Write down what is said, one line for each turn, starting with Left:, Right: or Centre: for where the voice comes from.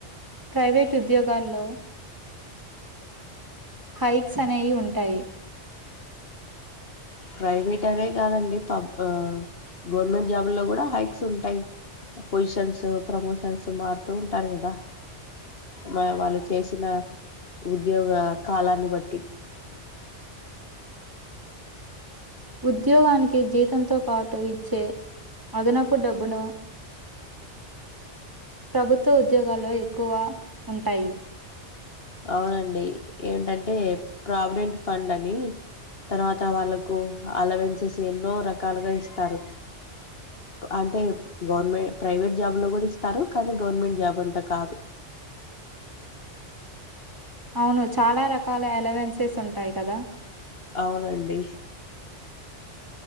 Right: ప్రైవేటు ఉద్యోగాల్లో హైక్స్ అనేవి ఉంటాయి
Left: ప్రైవేట్ అనే కాదండి పబ్ గవర్నమెంట్ జాబ్ు లో కూడా హైక్స్ ఉంటాయి పొజిషన్స్ ప్రమోషన్స్ మారుతూ ఉంటారు కదా మ వాళ్ళు చేసిన ఉద్యోగ కాలాన్ని బట్టి
Right: ఉద్యోగానికి జీతంతో పాటు ఇచ్చే అదనపు డబ్బును ప్రభుత్వ ఉద్యోగాల్లో ఎక్కువ ఉంటాయి
Left: అవునండి ఏంటంటే ప్రావిడెంట్ ఫండ్ అని తర్వాత వాళ్ళకు అలవెన్సెస్ ఎన్నో రకాలుగా ఇస్తారు అంటే గవర్నమెంట్ ప్రైవేట్ జాబ్ లో కూడా ఇస్తారు కానీ గవర్నమెంట్ జాబ్ అంతా కాదు
Right: అవును చాలా రకాల ఎలెవెన్సెస్ ఉంటాయి కదా
Left: అవునండి